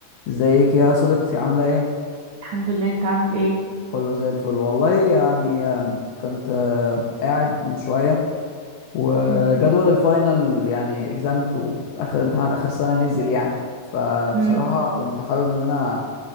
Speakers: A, on the left; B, on the right.
A: وازيك يا صديقتي عاملة ايه؟
B: الحمد لله انت عامل ايه
A: كله زي الفل والله يعني أم، كنت أم، قاعد من شوية وجدول
B: مم.
A: الفاينل يعني اكزامز واخر امتحانات اخر سنة نزل يعني فبصراحة
B: مم.
A: كنت حابب ان انا